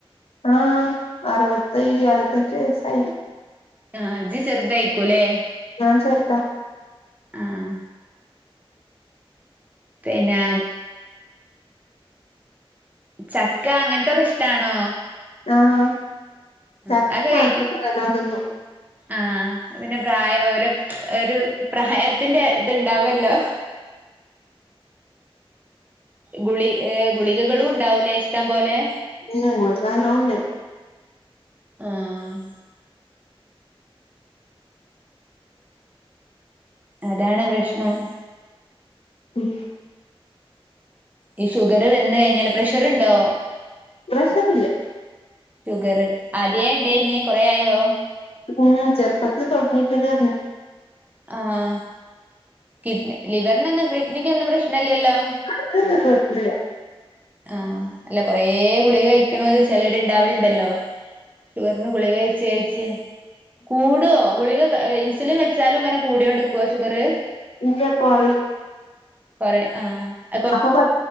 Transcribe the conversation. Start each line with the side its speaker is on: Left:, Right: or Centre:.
Left: ആഹ അറുവത്തി അറുവത്തഞ്ച് വയസ്സായി
Right: ആഹ് ഇജ്ജ് ചെറുതായിക്കൂലേ
Left: ഞാൻ ചേർതാ
Right: ആഹ് പിന്നെ ചക്ക അങ്ങനത്തൊക്കെ ഇഷ്ടാണോ
Left: ആഹ്
Right: ഉം
Left: ചക്കിം
Right: അത്
Left: മാങ്ങിം
Right: കഴിക്കും
Left: ഒക്കെ നല്ലോം തിന്നും
Right: ആഹ പിന്നെ പ്രായ ലൊ ഒരു പ്രായത്തിന്റെ ഇത്ണ്ടാവൂലോ ഗുളി ഏഹ് ഗുളികകളും ഉണ്ടാവൂലേ ഇഷ്ടം പോലെ
Left: ഉം ഗുളിക നല്ലോണ്ട്
Right: ആഹ് അതാണ് പ്രശ്നം
Left: ഉം
Right: ഈ ഷുഗറ് വന്ന് കഴിഞ്ഞാല് പ്രഷറിണ്ടോ
Left: പ്രഷറില്ല
Right: ഷുഗറ് ആദ്യേ ഇണ്ടേയ്നി കൊറേ ആയോ?
Left: ഉം ചെറുപ്പത്തിൽ തൊടങ്ങീക്കണയിന്
Right: ആഹ് കിഡ്നി ലിവറിനൊന്നും കിഡ്നിക്ക് ഒന്നും പ്രശ്നീലല്ലോ?
Left: അയിനൊന്നും ഒരു കൊഴപ്പൂല
Right: ആഹ് അല്ല കൊറേ ഗുളിക കഴിക്കണോര് ചെലര് ഇണ്ടാവലിണ്ടല്ലോ ഷുഗറിന് ഗുളിക കഴിച്ച് കഴിച്ച് കൂടോ ഗുളിക ഇൻസുലിൻ വെച്ചാലും ഇങ്ങനെ കൂടിയോണ്ടിക്കോ ഷുഗറ്?
Left: ഇല്ല കൊറയും
Right: കൊറയും ആഹ
Left: അപ്പൊ പ